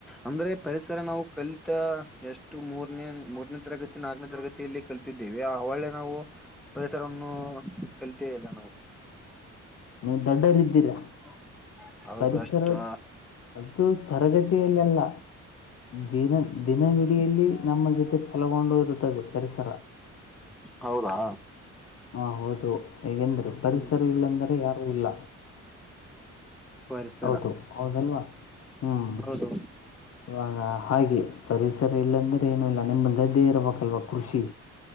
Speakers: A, in the centre; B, on the left.
A: ಅಂದ್ರೆ ಪರಿಸರ ನಾವು ಕಲ್ ಎಷ್ಟು ಮೂರನೇ ಮೂರನೇ ತರಗತಿ ನಾಲ್ನೇ ತರಗತಿಯಲ್ಲಿ ಕಲ್ತಿದ್ದೇವಿ ಆ ಒಳ್ಳೆ ನಾವು ಪರಿಸರವನ್ನು ಕಲ್ಲಿತೆ ಇಲ್ಲ ನಾವು
B: ನೀವು ದೊಡ್ಡರ ಇದಿದ್ದೀರಿ
A: <inaudible> ಹೌದು
B: ಪರಿಸರ
A: ಅಷ್ಟು
B: ಅು ತರಗತಿಯಲ್ಲೆಲ್ಲ
A: <inaudible>
B: ದಿನ ದಿನವಿಡಿಯಲ್ಲಿ ನಮ್ಮ ಜೊತೆ ಫಲಗೊಂಡು ಇರುತ್ತದೆ ಪರಿಸರ
A: ಹೌದಾ
B: ಹಾ ಹೌದು ಹೇಗೆಂದ್ರೆ ಪರಿಸರ
A: ಹ್ಮ್
B: ಇಲ್ಲಂದರೆ ಯಾರು ಇಲ್ಲ
A: ಪರಿಸರ
B: ಹೌದು ಹೌದಲ್ವಾ ಹ್ಮ್
A: ಹೌದು
B: ಇವಾಗ ಹಾಗೆ ಪರಿಸರ ಇಲ್ಲಾಂದ್ರೆ ಏನು ಇಲ್ಲ ನಿಮ್ದ ಗದ್ದೆ ಇರ್ಬೇಕಲ್ವಾ ಕೃಷಿ